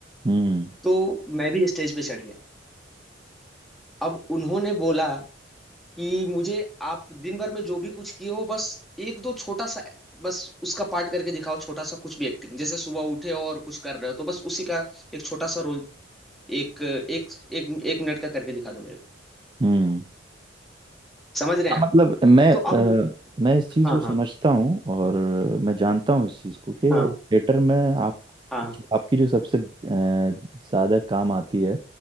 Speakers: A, on the right; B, in the centre.
A: हम्म
B: तो मैं भी स्टेज पे चढ़ गया अब उन्होंने बोला कि मुझे आप दिन भर में जो भी कुछ किए हो बस एक दो छोटा सा बस उसका पार्ट करके दिखाओ छोटा सा कुछ भी एक्टिंग जैसे सुबह उठे हो और कुछ कर रहे हो तो बस उसी का एक छोटा सा रोल एक एक एक, एक मिनट का करके दिखा दो मेरे
A: हम्म
B: को समझ रहे
A: हाँ,
B: हैं आप
A: मतलब मैं
B: तो अब
A: अ, मैं इस चीज़
B: हाँ
A: को समझता
B: हाँ
A: हूँ और मैं जानता हूँ इस चीज़ को कि
B: हाँ
A: थिएटर में आप
B: हाँ
A: आपकी जो सबसे अ, ज़्यादा काम आती है